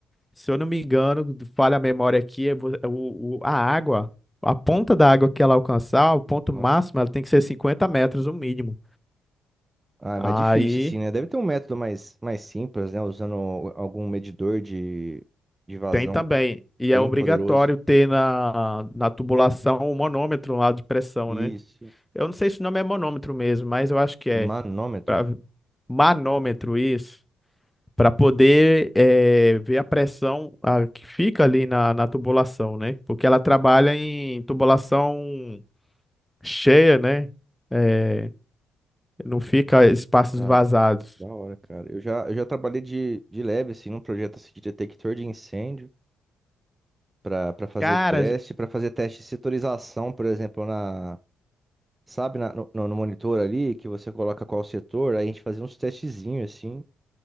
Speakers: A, in the centre; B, on the right (about 20°).
A: se eu não me engano, falha a memória aqui, é vo- é o, o- a água, a ponta da água que ela alcançar, o ponto
B: Nossa.
A: máximo, ela tem que ser 50 metros, o mínimo.
B: Ah, é
A: Aí.
B: mais difícil, assim, né? Deve ter um método mais, mais simples, né? Usando algum medidor de, de vazão
A: Tem também. E é
B: bem
A: obrigatório
B: poderoso.
A: ter na, na tubulação o manômetro lá de pressão,
B: Isso.
A: né? Eu não sei se o nome é manômetro mesmo, mas eu acho que é.
B: Manômetro.
A: Pra- manômetro, isso. Para poder eh, ver a pressão ah, que fica ali na, na tubulação, né? Porque ela trabalha em tubulação cheia, né? Eh, não fica espaços
B: Ah,
A: vazados.
B: Da hora, cara. Eu já, eu já trabalhei de, de leve, assim, num projeto assim, de detector de incêndio para para fazer
A: Cara,
B: teste, para fazer teste de setorização, por exemplo, na, sabe, na- no, no monitor ali, que você coloca qual setor, aí a gente fazia uns testezinhos, assim,